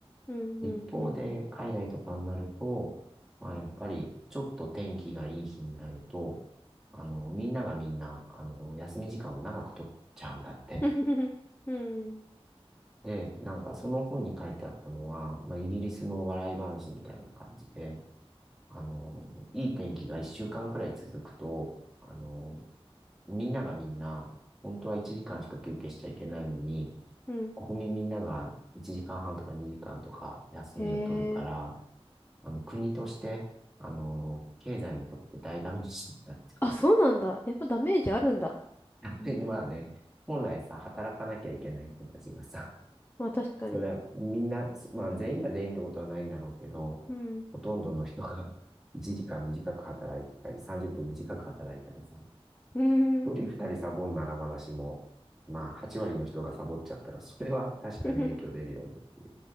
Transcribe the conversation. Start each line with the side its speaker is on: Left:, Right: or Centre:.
Left: うん、
Centre: 一方で、
Left: うん、うん、
Centre: 海外とかになると、まあやっぱり、ちょっと天気がいい日になると、あの、みんながみんな、あの、休み時間を長く取っちゃうんだって。
Left: <laughs> うん、
Centre: で、なんかその本に書いてあったのは、まあイギリスの笑い話みたいな感じで、あの、いい天気が一週間くらい続くと、あの、みんながみんな、本当は1時間しか休憩しちゃいけないのに、
Left: <laughs> うん、
Centre: 国民みんなが1時間半とか2時間とか休みを取るから、
Left: へえ、
Centre: あの、国として、あの、経済にとって大ダメージなんだって。
Left: あ、そうなんだ。やっぱダメージあるんだ。
Centre: <laughs> やっぱりまあね、本来さ、働かなきゃいけない人たちがさ、
Left: まあ確かに。
Centre: それはみんな、まあ全員が全員ってことはないんだろうけど、
Left: うん、
Centre: ほとんどの人が <laughs> 1時間短く働いたり、30分短く働いたらさ、1人2人サボんならまだしも、
Left: うん、
Centre: まあ8割の人がサボっちゃったら、それは確かに影響出るよねっていう。
Left: <laughs>